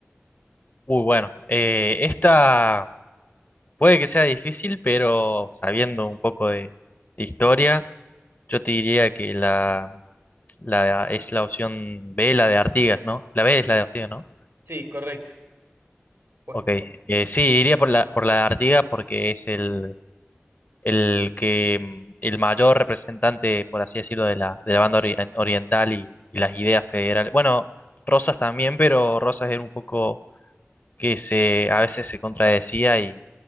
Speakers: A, on the left; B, on the right.
A: Uy, bueno, eh, esta puede que sea difícil, pero sabiendo un poco de de historia. Yo te diría que la, La, es la opción B, la de Artigas, ¿no? La B es la de Artigas, ¿no?
B: Sí, correcto. Bueno,
A: Ok.
B: bu-
A: Eh, sí, iría por la, por la de Artigas porque es el, el que mm, el mayor representante, por así decirlo, de la, de la banda ori- oriental y, y las ideas federales. Bueno, Rosas también, pero Rosas era un poco que se a veces se contradecía y,